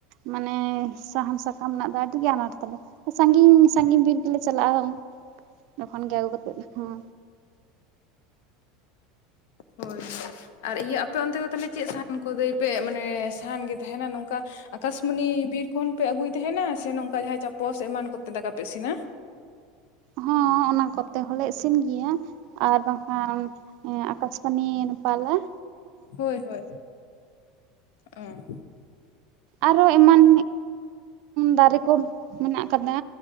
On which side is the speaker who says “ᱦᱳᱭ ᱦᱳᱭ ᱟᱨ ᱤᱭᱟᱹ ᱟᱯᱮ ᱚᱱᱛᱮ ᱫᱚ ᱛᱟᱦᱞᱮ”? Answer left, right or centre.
Left